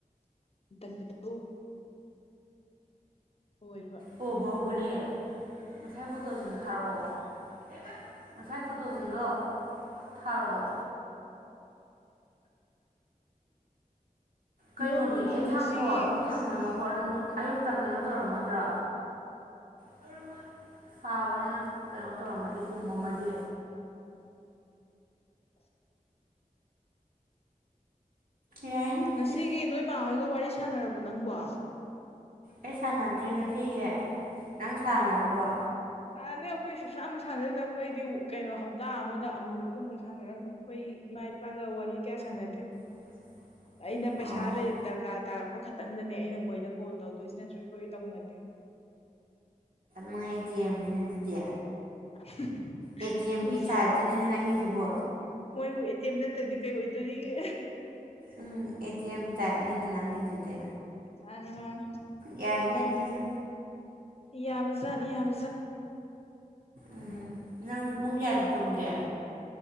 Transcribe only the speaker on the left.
ꯗꯟꯗ <unintelligible> ꯑꯣ ꯑꯣꯏꯕ
ꯅꯪꯕꯨ
ꯉꯁꯤꯒꯤ
<unintelligible>
ꯉꯁꯤꯒꯤ ꯅꯣꯏꯃꯥꯍꯣꯏꯒ ꯋꯥꯔꯤ ꯁꯥꯟꯅꯔꯕꯣ ꯅꯪꯕꯣ
ꯁꯥꯅꯗꯦ ꯑꯈꯣꯏ ꯁꯨꯛꯁꯥꯟꯕꯨ ꯁꯥꯟꯅꯗꯩꯗ ꯑꯈꯣꯏꯗꯤ ꯀꯩꯅꯣ ꯍꯞꯇꯥ ꯑꯃꯗ ꯑꯃꯨꯔꯛꯀꯨꯝꯕ ꯁꯥꯟꯅꯔꯝꯅꯤ ꯈꯣꯏ ꯏꯃꯥ ꯏꯄꯥꯒ ꯋꯥꯔꯤ ꯀ꯭ꯌꯥ ꯁꯥꯟꯅꯗꯦ
ꯑꯩꯅ ꯄꯩꯁꯥ
ꯂꯩ ꯗꯔꯀꯥꯔ ꯇꯥꯔꯛꯄ ꯈꯛꯇꯪꯗꯅꯦ ꯑꯩꯅ ꯃꯣꯏꯗ ꯀꯣꯜ ꯇꯧꯗꯣꯏꯁꯦ ꯅꯠꯇ꯭ꯔ ꯈꯣꯏꯗꯤ ꯇꯧꯅꯗꯦ
<inaudible>
ꯃꯣꯏꯁꯦ
ꯃꯣꯏꯕꯨ ꯑꯦ ꯇꯤ ꯑꯦꯝ ꯅꯠꯇ꯭ꯔꯗꯤ ꯀꯩ ꯑꯣꯏꯗꯣꯏꯔꯤꯒꯦ
ꯃꯥꯅꯦ ꯃꯥꯅꯦ
ꯌꯥꯕꯖꯥꯠꯅꯤ ꯌꯥꯕ